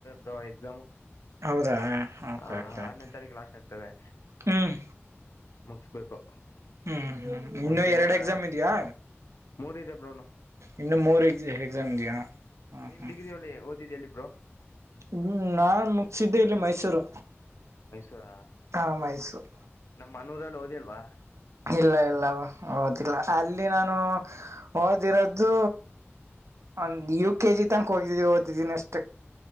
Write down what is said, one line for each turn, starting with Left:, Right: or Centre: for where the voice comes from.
Left: ಬ್ರೋ ಎಕ್ಸಾಮ್
Right: ಹೌದಾ ಓಕೆ
Left: ಹಾ
Right: ಓಕೆ
Left: ಆರನೇ ತಾರೀಕು ಲಾಸ್ಟ್ ಆಗ್ತದೆ
Right: ಹ್ಮ್
Left: ಮುಗಿಸ್ಬೇಕು
Right: ಹ್ಮ್ ಹ್ಮ್ ಇನ್ನುೂ
Left: ಒಂದು ತಿಂಗಳ
Right: ಎರಡು ಎಕ್ಸಾಮ್ ಇದ್ಯಾ
Left: ಮೂರಿದೆ ಬ್ರೋನು
Right: ಇನ್ನು ಮೂರ್ ಎ ಎಕ್ಸಾಮ್ ಇದಾ ಹ ಹ್ಮ್
Left: ನೀವು
Right: ಹ್ಮ
Left: ಡಿಗ್ರಿ ಒಳ್ಳಿ ಓದಿದ್ದು ಎಲ್ಲಿ ಬ್ರೋ
Right: ಹ್ಮ ನಾನ್ ಮುಗಿಸಿದ್ದೆ ಇಲ್ಲಿ ಮೈಸೂರು
Left: ಮೈಸೂರಾ
Right: ಹಾ ಮೈಸೂರು
Left: ನಮ್ಮನೂರಲ್ಲಿ ಹೋದಿಲ್ವಾ
Right: ಇಲ್ಲ ಇಲ್ಲ ಓದಿಲ್ಲ ಅಲ್ಲಿ ನಾನು ಓದಿರೋದು ಒಂದ್ ಯವು ಕೆ ಜಿ ತನಕ ಹೋಗಿದ್ದಿದವಿ ಓದಿದ್ದೀನ ಅಷ್ಟ